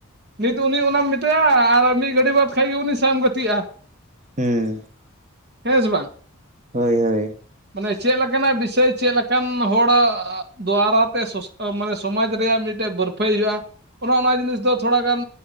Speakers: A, on the right; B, on the right.
A: ᱱᱤᱛ ᱫᱚ ᱩᱱᱤ ᱚᱱᱟᱢ ᱢᱮᱛᱟᱭᱟ ᱟᱨ ᱢᱤᱫ ᱜᱷᱟᱹᱲᱤᱡ ᱵᱟᱫᱷ ᱠᱷᱟᱡ ᱜᱮ ᱩᱱᱤ ᱥᱟᱶᱮᱢ ᱜᱟᱹᱛᱤᱜ-ᱟ᱾
B: ᱦᱩᱸ
A: ᱦᱮᱸ ᱥᱮ ᱵᱟᱝ?
B: ᱦᱚᱭ ᱦᱚᱭ
A: ᱢᱟᱱᱮ ᱪᱮᱫ ᱞᱮᱠᱟᱱᱟᱜ ᱵᱤᱥᱟᱹᱭ ᱪᱮᱫ ᱞᱮᱠᱟᱱ ᱦᱚᱲᱟᱜ ᱫᱚᱣᱟᱨᱟ, ᱮᱫ ᱚᱥ ᱟᱢ ᱢᱟᱱᱮ ᱥᱚᱢᱟᱡᱽ ᱨᱮᱭᱟᱜ ᱢᱤᱫᱴᱟᱹᱜ ᱵᱟᱹᱨᱯᱷᱟᱹᱭ ᱦᱩᱭᱩᱜ-ᱟ᱾ ᱚᱱ-ᱚᱱᱟ ᱡᱤᱱᱤᱥ ᱫᱚ ᱛᱷᱚᱲᱟᱜᱟᱱ